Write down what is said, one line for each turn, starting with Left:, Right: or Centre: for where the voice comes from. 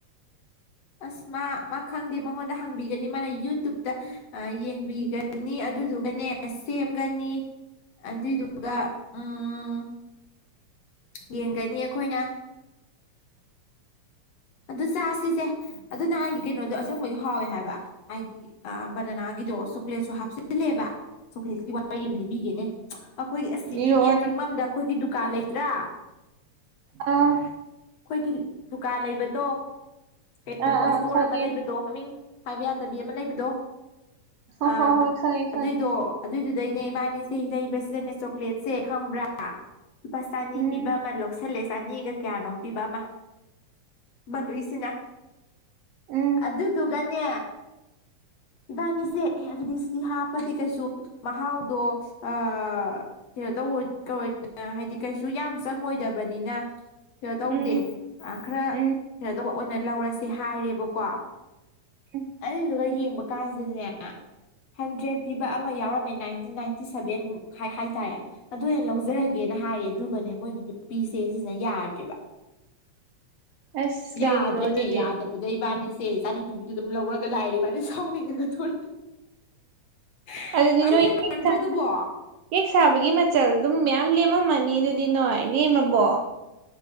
Left: ꯑꯁ ꯃꯥ ꯃꯥ ꯈꯪꯗꯦ ꯃꯉꯣꯟꯗ ꯍꯪꯕꯤꯒꯅꯤ ꯃꯥꯅ ꯌꯨꯇꯨꯕꯇ ꯑ ꯌꯦꯡꯕꯤꯒꯅꯤ ꯑꯗꯨꯗꯨꯒꯅꯦ ꯁꯦꯝꯒꯅꯤ ꯑꯗꯨꯏꯗꯨꯒ ꯎꯝ ꯌꯦꯡꯒꯅꯤ ꯑꯩꯈꯣꯏꯅ ꯑꯗꯨ ꯆꯥꯁꯤꯁꯦ ꯑꯗꯨ ꯅꯍꯥꯟꯒꯤ ꯀꯩꯅꯣꯗꯣ ꯑꯁꯪꯕꯒꯤ ꯍꯥꯎꯋꯦ ꯍꯥꯏꯕ ꯍꯥꯏꯗꯤ ꯑ ꯕꯅꯅꯥꯒꯤꯗꯣ ꯆꯣꯀ꯭ꯂꯦꯠꯁꯨ ꯍꯥꯞꯆꯤꯜꯂꯦꯕ ꯆꯣꯀ꯭ꯂꯦꯠꯀꯤ ꯋꯥꯔꯤ ꯑꯃ ꯂꯤꯕꯤꯒꯦꯅꯦ ꯑꯈꯣꯏꯒꯤ ꯑꯁꯤꯒꯤ
Right: ꯂꯤꯔꯛꯑꯣꯅꯦ
Left: ꯒꯦꯠ ꯆꯪꯕꯝꯗ ꯑꯩꯈꯣꯏꯒꯤ ꯗꯨꯀꯥꯟ ꯂꯩꯇ꯭ꯔꯥ
Right: ꯑꯥ
Left: ꯑꯩꯈꯣꯏꯒꯤ ꯗꯨꯀꯥꯟ ꯂꯩꯕꯗꯣ ꯀꯩꯅꯣ
Right: ꯑꯥ ꯑꯥ
Left: ꯏꯁꯇꯣꯔ
Right: ꯈꯪꯉꯦ
Left: ꯑꯃ ꯂꯩꯕ ꯗꯣ ꯃꯃꯤꯡ ꯍꯥꯏꯕ ꯌꯥꯗꯕꯤ ꯑꯃ ꯂꯩꯕꯗꯣ
Right: ꯍꯣꯏ
Left: ꯑꯥ
Right: ꯍꯣꯏ ꯍꯣꯏ ꯈꯪꯉꯦ ꯈꯪꯉꯦ
Left: ꯑꯗꯨꯏꯗꯣ ꯑꯗꯨꯏꯗꯨꯗꯩꯅꯦ ꯏꯕꯥꯅꯤ ꯁꯤ ꯂꯩꯕꯁꯤꯗꯅꯦ ꯆꯣꯀ꯭ꯂꯦꯠꯁꯦ ꯈꯪꯕ꯭ꯔꯥ <unintelligible> ꯂꯨꯄꯥ ꯆꯅꯤ
Right: ꯎꯝ
Left: ꯄꯤꯕ ꯑꯃ ꯂꯧꯁꯜꯂꯦ ꯆꯅꯤꯒ ꯀ꯭ꯌꯥꯅꯣꯝ ꯄꯤꯕ ꯑꯃ ꯕꯗꯨꯏꯁꯤꯅ
Right: ꯎꯝ
Left: ꯑꯗꯨꯗꯨꯒ ꯅꯦ ꯏꯕꯥꯅꯤꯁꯦ ꯑꯦ ꯑꯗꯨꯗꯤ ꯁꯤꯗꯤ ꯍꯥꯞꯄꯗꯤ ꯀꯩꯁꯨ ꯃꯍꯥꯎꯗꯣ ꯑꯥ ꯀꯩꯅꯣ ꯇꯧꯋꯣꯢ ꯇꯧꯔꯣꯢ ꯍꯥꯏꯗꯤ ꯀꯩꯁꯨ ꯌꯥꯝ ꯆꯪꯉꯣꯏꯗꯕꯅꯤꯅ ꯀꯩꯅꯣ ꯇꯧꯗꯦ
Right: ꯎꯝ
Left: ꯑ ꯈꯔ
Right: ꯎꯝ
Left: ꯑꯇꯣꯄ ꯑꯣꯏꯅ ꯂꯧꯔꯁꯦ ꯍꯥꯏꯔꯦꯕꯀꯣ
Right: ꯎꯝ
Left: ꯑꯗꯨꯗꯨꯒ ꯌꯦꯡꯕ ꯀꯥꯟꯁꯤꯅꯦ ꯍꯟꯗ꯭ꯔꯦꯗ ꯄꯤꯕ ꯑꯃ ꯌꯥꯎꯔꯝꯃꯦ ꯅꯥꯏꯟꯇꯤ ꯅꯥꯏꯟꯇꯤ ꯁꯚꯦꯟꯃꯨꯛ ꯍꯥꯏ ꯍꯥꯏꯇꯥꯔꯦ ꯑꯗꯨꯑꯣꯏ ꯂꯧꯖꯔꯒꯦꯅ
Right: ꯎꯝ
Left: ꯍꯥꯏꯔꯦ ꯑꯗꯨꯒꯅꯦ ꯃꯣꯏꯒꯤ ꯅꯨꯄꯤꯁꯦ ꯁꯤꯖꯤꯅ ꯌꯥꯗ꯭ꯔꯤꯕ
Right: ꯑꯁ
Left: ꯌꯥꯗ꯭ꯔꯦ
Right: ꯀꯩꯒꯤꯅꯣ ꯑꯗꯨꯗꯤ
Left: ꯌꯥꯗꯕꯗꯩ ꯏꯕꯥꯅꯤꯁꯦ ꯆꯥꯅꯤꯄꯤꯕꯤꯗꯨ ꯑꯗꯨꯝ ꯂꯧꯔꯒ ꯂꯥꯑꯦ ꯏꯕꯥꯅꯤ ꯁꯥꯎꯅꯤꯡꯉꯒ ꯊꯣꯔꯛ <unintelligible>
Right: ꯑꯗꯨꯗꯤ
Left: ꯑꯗꯨ
Right: ꯅꯣꯏ
Left: ꯍꯦꯟꯃꯟꯗ꯭ꯔꯣ
Right: ꯀꯦꯛ ꯁꯥ
Left: ꯑꯗꯨꯕꯣ
Right: ꯀꯦꯛ ꯁꯥꯕꯒꯤ ꯃꯆꯜ ꯗꯨꯝ ꯃꯌꯥꯝ ꯂꯦꯝꯃꯝꯃꯅꯤ ꯑꯗꯨꯗꯤ ꯅꯣꯏ ꯂꯦꯝꯃꯕꯣ